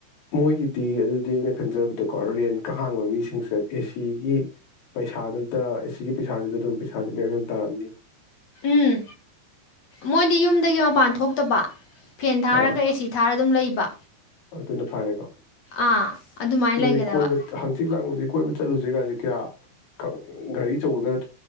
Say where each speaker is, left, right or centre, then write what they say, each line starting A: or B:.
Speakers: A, on the left (about 70°); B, on the left (about 50°).
A: ꯃꯣꯏꯒꯤꯗꯤ ꯑꯗꯨꯗꯤ ꯒ <unintelligible> ꯈꯟꯖꯕꯗꯀꯣ ꯔꯦꯟꯀ ꯍꯥꯡꯕ ꯃꯤꯁꯤꯡꯁꯦ ꯑꯦꯁꯤꯒꯤ ꯄꯩꯁꯥꯗꯨꯗ ꯑꯦꯁꯤꯒꯤ ꯄꯩꯁꯥꯗꯨꯗ ꯑꯗꯨꯝ ꯄꯩꯁꯥꯁꯦ ꯃꯌꯥꯝ ꯃꯌꯥꯝ ꯇꯥꯔꯝꯅꯤꯕ
B: ꯎꯝ ꯃꯣꯏꯗꯤ ꯌꯨꯝꯗꯒꯤ ꯃꯄꯥꯟ ꯊꯣꯛꯇꯕ ꯐꯦꯟ ꯊꯥꯔꯒ
A: ꯑꯥ
B: ꯑꯦꯁꯤ ꯊꯥꯔ ꯑꯗꯨꯝ ꯂꯩꯕ
A: ꯑꯗꯨꯅ ꯐꯔꯦꯕ
B: ꯑꯥ ꯑꯗꯨꯃꯥꯏꯅ
A: ꯑꯗꯨꯗꯤ
B: ꯂꯩꯒꯗꯕ
A: ꯀꯣꯏꯕ ꯍꯥꯡꯆꯤꯛ ꯂꯥꯡꯕꯁꯦ ꯀꯣꯏꯕ ꯆꯠꯂꯨꯁꯦ ꯒꯥꯥꯁꯦ ꯀꯌꯥ ꯈꯪ ꯒꯥꯔꯤ ꯆꯧꯕꯒ